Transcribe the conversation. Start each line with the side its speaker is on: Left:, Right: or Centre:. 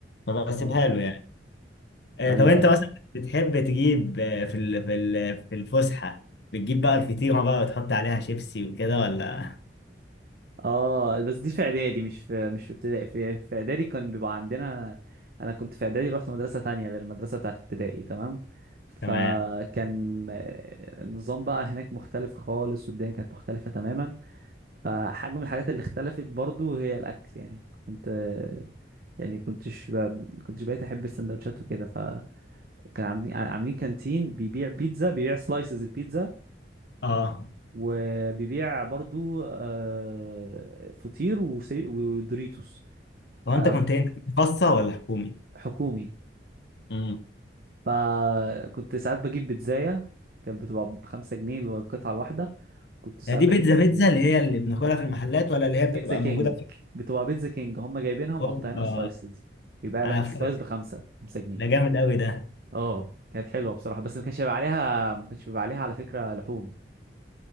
Left: فبسيبها
Right: اه
Left: له يعني آه،
Right: ايوه
Left: طب انت
Right: ايوه
Left: مثلا بتحب تجيب آه، في ال- في ال- في الفسحه بتجيب بقى الفطيره بقى وتحط عليها شيبسي وكده ولا
Right: اه بس دي في اعدادي مش في مش في ابتدائي في في اعدادي كان بيبقى عندنا انا كنت في اعدادي رحت مدرسه تانية غير المدرسه بتاعت ابتدائي تمام فكان
Left: تمام
Right: آه، النظام بقى هناك مختلف خالص والدنيا كانت مختلفه تماما فحاجه من الحاجات اللي اختلفت برضو هي الاكل يعني كنت آه، يعني كنتش ب... كنتش بقيت احب السندوتشات وكده فكان عاملين عاملين كانتين بيبيع بيتزا بيبيع سلايسز البيتزا
Left: اه
Right: وبيبيع برضو آه، فطير وسي- ودوريتوس
Left: هو
Right: آه،
Left: انت كنت إيه؟ انت كنت خاصه ولا حكومي
Right: حكومي
Left: امم
Right: فكنت ساعات بجيب بيتزاية كانت بتبقى بخمسة جنيه القطعة الواحدة كنت ساعات
Left: هي دي
Right: بجيب
Left: بيتزا
Right: فطير
Left: بيتزا اللي هي اللي بناكلها في المحلات ولا اللي هي
Right: بيتزا
Left: بتبقى
Right: كينج
Left: موجوده في
Right: بتبقى بيتزا كينج هم جايبينها مقطعينها
Left: اوروبا
Right: سلايسز يبيع
Left: انا
Right: لك السلايس
Left: ف-
Right: بخمسة خمسة جنيه
Left: ده جامد قوي ده
Right: اه كانت حلوة بصراحة بس ما كانش بيبقى عليها ما كانش بيبقى عليها على فكرة لحوم